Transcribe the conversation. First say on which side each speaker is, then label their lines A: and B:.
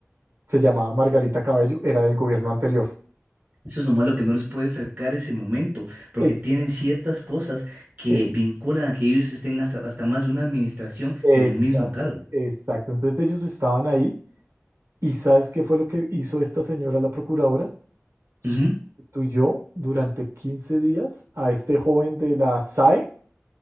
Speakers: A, on the right; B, on the right.
A: Se llamaba Margarita Cabello, era del gobierno anterior.
B: Eso es lo malo que no les puede sacar ese momento, porque
A: Es,
B: tienen ciertas cosas que
A: eh,
B: vinculan a que ellos estén hasta, hasta más de una administración
A: es-
B: en el mismo cargo.
A: exacto. Entonces ellos estaban ahí y ¿sabes qué fue lo que hizo esta señora, la procuradora? Sustituyó
B: Ujú.
A: durante 15 días a este joven de la SAE